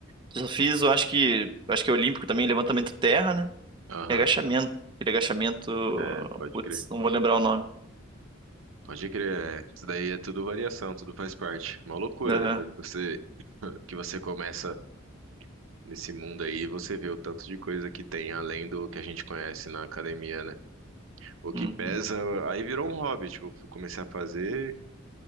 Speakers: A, on the right (about 25°); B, on the right (about 75°).
A: Só fiz, eu acho que, acho que é olímpico também, levantamento terra, né?
B: Aham,
A: E agachamento. Aquele agachamento,
B: é, pode
A: putz,
B: crer.
A: não vou lembrar o nome.
B: Pode crer, é. Isso daí é tudo variação, tudo faz parte. Uma loucura
A: Aham,
B: depois que você <laughs> que você começa nesse mundo aí, você vê o tanto de coisa que tem além do que a gente conhece na academia, né? O que
A: uhum,
B: pesa, aí virou um hobby, tipo, eu comecei a fazer